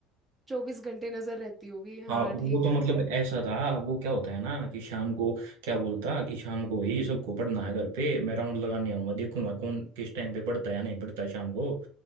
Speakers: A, on the right; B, on the right.
A: चौबीस घंटे नजर रहती होगी
B: हाँ
A: हाँ
B: वो
A: ठीक
B: तो मतलब
A: है
B: ऐसा था वो क्या होता है ना कि शाम को क्या बोलता कि शाम को ही सबको पढ़ना है घर पे मैं राउंड लगाने आऊंगा देखूंगा कौन किस टाइम पे पढ़ता है या नहीं पढ़ता है शाम को